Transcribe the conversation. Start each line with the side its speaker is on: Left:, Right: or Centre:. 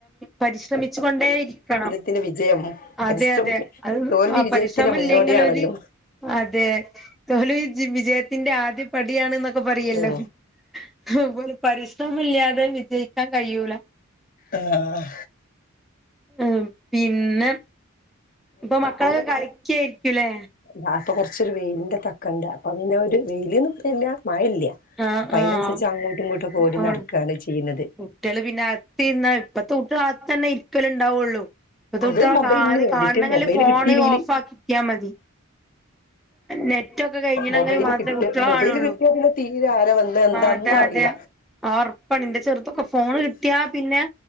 Centre: പരിശ്രമ പരിശ്രമിച്ചുകൊണ്ടേ ഇരിക്കണം.
Left: ത്തിന്റെ വിജയം
Centre: അതെയതെ
Left: പരിശ്രം
Centre: അത്
Left: തോൽവി
Centre: ആ
Left: വിജയത്തിന്റെ
Centre: പരിശ്രമം
Left: മുന്നോടിയാണല്ലോ
Centre: ഇല്ലെങ്ങി ഒരു അതെ തോൽവി വിജയത്തിന്റെ ആദ്യ പടിയണ്ന്നൊക്കെ പറയല്ലോ
Left: ഉം
Centre: അഹ് പരിശ്രമല്ലാതെ വിജയിക്കാൻ കയ്യൂല
Left: ആഹ്
Centre: ആഹ് പിന്നെ ഇപ്പൊ മക്കളൊക്കെ കളിക്കായിരിക്കൂല്ലേ
Left: ദാപ്പൊ കൊറച്ചൊരു വെയിലിന്റെ തക്കണ്ട് അപ്പൊ പിന്നെ ഒരു വെയിലിന്ന് പറില്ല മഴല്ല
Centre: ആഹ്
Left: അപ്പൊയ്നൻസരിച്ച്
Centre: ആഹ്
Left: അങ്ങോട്ടും ഇങ്ങോട്ടും ഓടി
Centre: ആഹ്
Left: നടക്കാണ് ചെയ്യുന്നത്
Centre: കുട്ടികള് പിന്നെ അകത്തിർന്ന ഇപ്പത്തെ കുട്ടികൾ അകത്തന്നെ ഇരിക്കലും ഉണ്ടാവുള്ളൂ ഇപ്പത്തുട്ട്യാളട
Left: അത് മൊബൈലിന്
Centre: കാ അത്
Left: വേണ്ടിട്ട്
Centre: കാണണെങ്കിൽ
Left: മൊബൈല്
Centre: ഫോണ്
Left: കിട്ടിയില്ലെങ്കില്
Centre: ഓഫ് ആക്കിക്ക്യാ മതി നെറ്റൊക്കെ കഴിഞ്ഞണെങ്കിൽ
Left: മൊബൈല്
Centre: മാത്രമേ
Left: കിട്ട്
Centre: കുട്ട്യാള
Left: മൊബൈല്
Centre: കാണുള്ളൂ
Left: കിട്ടിയാ പിന്നെ തീരെ ആരാ വന്ന് എന്താന്നും
Centre: ആ അതെ
Left: അറിയില്ല
Centre: അതെ ആ ഒറപ്പണിന്റെ ചെറുതൊക്കെ ഫോണ് കിട്ട്യാ പിന്നെ